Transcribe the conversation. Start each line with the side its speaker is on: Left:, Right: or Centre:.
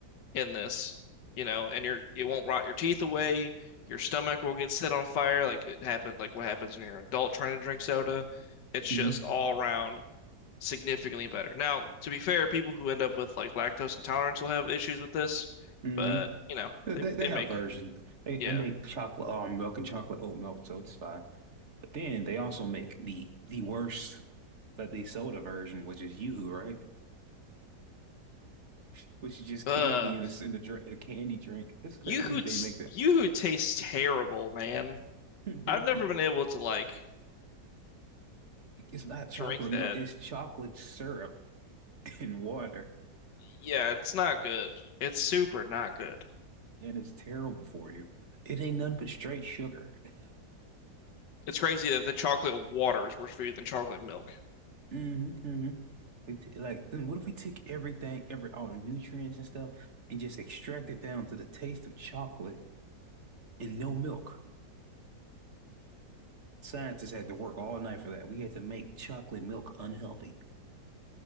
Left: in this, you know, and you're it won't rot your teeth away. Your stomach will get set on fire, like it happens, like what happens when you're an adult trying to drink soda. It's
Right: Mm-hmm.
Left: just all around significantly better. Now, to be fair, people who end up with like lactose intolerance will have issues with this,
Right: hmm
Left: but you know,
Right: They,
Left: they
Right: they
Left: they
Right: have
Left: make
Right: versions. They
Left: yeah.
Right: they make chocolate almond milk and chocolate oat milk, so it's fine. But then they also make the the worst, like the soda version, which is Yoo-hoo, right? <laughs> Which is just
Left: Uh,
Right: candy in a, in a, drink, a candy drink. It's crazy
Left: you who
Right: that they make that.
Left: you who tastes terrible, man.
Right: <laughs>
Left: I've never been able to like
Right: It's not chocolate
Left: drink that.
Right: milk. It's chocolate syrup <laughs> and water,
Left: Yeah, it's not good. It's super not good.
Right: and it's terrible for you. It ain't nothing but straight sugar. <laughs>
Left: It's crazy that the chocolate water is worse for you than chocolate milk.
Right: hmm hmm We t like, then what if we took everything, every all the nutrients and stuff, and just extract it down to the taste of chocolate and no milk? Scientists had to work all night for that. We had to make chocolate milk unhealthy.